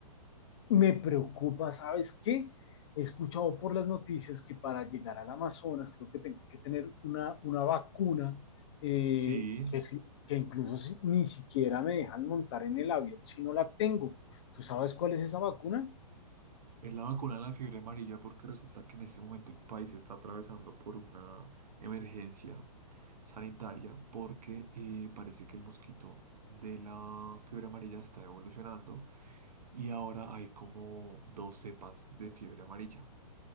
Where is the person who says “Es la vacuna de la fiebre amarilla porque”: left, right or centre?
Right